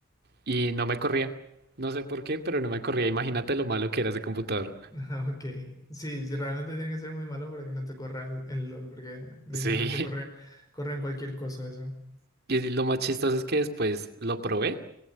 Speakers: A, on the right; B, on the left.
A: y no me corría. No sé por qué, pero no me corría. Imagínate lo malo que era ese computador.
B: <laughs> Ok, sí, sí, realmente tiene que ser muy malo para que no te corra el, el LOL, porque literalmente
A: Sí,
B: corre, corre en cualquier cosa eso.
A: <laughs> y lo más chistoso es que después lo probé